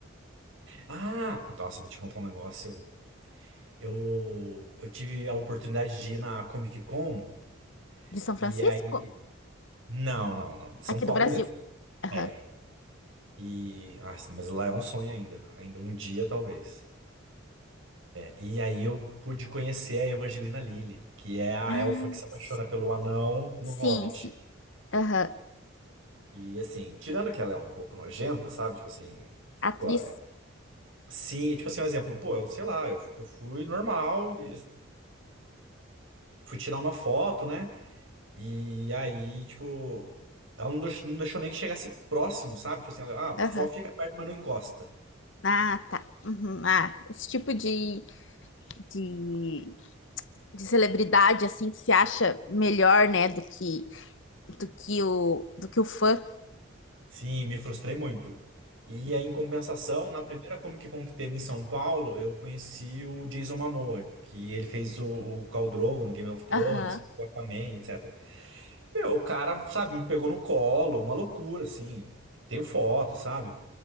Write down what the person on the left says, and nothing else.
De São Francisco?
Aqui
do Brasil.
Aham.
Ah,
si-
sim,
sim. Aham.
Atriz?
Aham.
Ah, tá. Uhum. Ah, esse tipo de, de, de celebridade, assim, que se acha melhor, né, do que, do que o, do que o fã.
Aham.